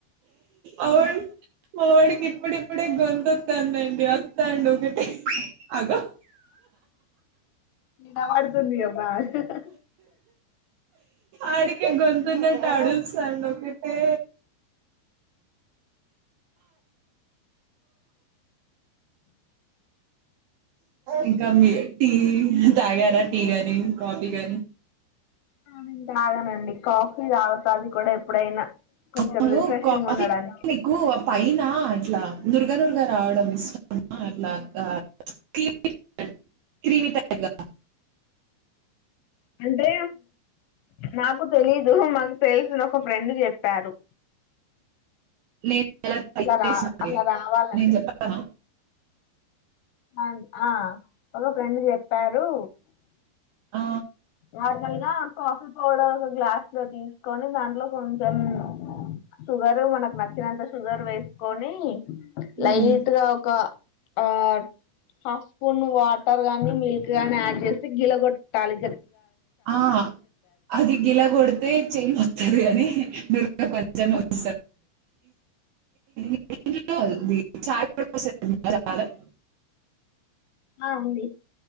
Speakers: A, on the right (about 75°); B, on the left (about 75°).
A: అగో మావాడికి ఇప్పుడిప్పుడే గొంతొత్తాంది అండి వత్తాండు ఒకటే. అగో
B: వినబడుతుంది ఇగ బాగా
A: ఆడికే గొంతున్నట్టు అడు సౌండ్ ఒకటే. ఇంకా మీ టీ తాగారా. టీ గాని, కాఫీ గాని.
B: ఆ నేను తాగనండి. కాఫీ తాగుతా అది కూడా ఎప్పుడైనా. కొంచెం
A: అప్పులు
B: రిఫ్రెషింగ్
A: కాఫీ
B: ఉండడానికి
A: నీకు ఆ పైన ఇట్లా దుర్గ నుర్గా రావడం ఇష్టమా అట్లా క్రీమీ క్రీమి టైప్గా.
B: అంటే నాకు తెలీదు. మాకు తెలిసిన ఒక ఫ్రెండ్ చెప్పారు.
A: <inaudible>
B: అట్లా రా అట్లా రావాలంటే
A: నేను చెప్పనా.
B: అ ఆ ఒక ఫ్రెండ్ చెప్పారు
A: ఆ,
B: నార్మల్గా కాఫీ పౌడర్ ఒక గ్లాస్ లో తీసుకొని, దాంట్లో కొంచెం షుగర్ మనకు నచ్చినంత షుగర్ వేసుకొని లైట్గా
A: ఉమ్,
B: ఒక ఆ హాఫ్ స్పూన్ వాటర్ గాని, మిల్క్ గాని యాడ్ చేసి గిల కొట్టాలి.
A: ఆ అది గిలా కొడితే చేయినొత్తది కాని దుర్గకు వచ్చని వచ్చేసింది <inaudible> చాయి వడ పోసేది ఉందా జాలర్.
B: ఆ ఉంది.